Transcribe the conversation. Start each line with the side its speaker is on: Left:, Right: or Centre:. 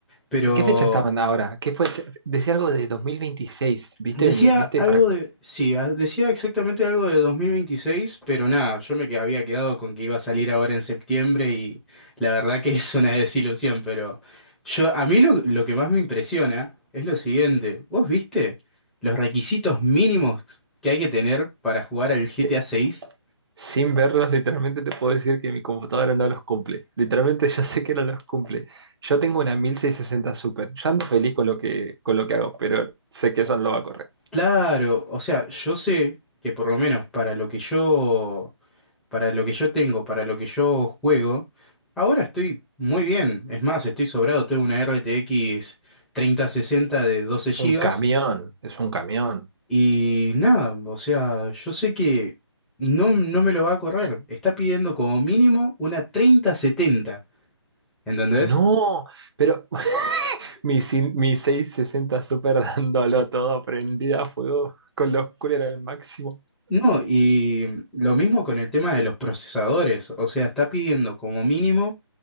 Centre: pero
Right: ¿Qué fecha estaban ahora? ¿Qué fue? Decía algo de 2026, ¿viste?
Centre: decía
Right: ¿Viste
Centre: algo
Right: para
Centre: de... Sí, ah, decía exactamente algo de 2026, pero nada, yo me que- había quedado con que iba a salir ahora en septiembre y la verdad que <laughs> es una desilusión, pero yo, a mí lo, lo que más me impresiona es lo siguiente. ¿Vos viste los requisitos mínimos que hay que tener para jugar al GTA
Right: se-
Centre: seis?
Right: sin verlos, literalmente te puedo decir que mi computadora no los cumple. Literalmente yo sé que no los cumple. Yo tengo una 1660 Super. Yo ando feliz con lo que con lo que hago, pero sé que eso no lo va a correr.
Centre: Claro, o sea, yo sé que por lo menos para lo que yo, para lo que yo tengo, para lo que yo juego, ahora estoy muy bien. Es más, estoy sobrado, tengo una R T X treinta sesenta de 12 gigas
Right: Un camión, es un camión.
Centre: y nada, o sea, yo sé que no, no me lo va a correr. Está pidiendo como mínimo una treinta setenta, ¿entendés?
Right: No, pero Mi, cin- mi 660 Super <laughs> dándolo todo, prendida a fuego con los coolers al máximo.
Centre: No, y lo mismo con el tema de los procesadores. O sea, está pidiendo como mínimo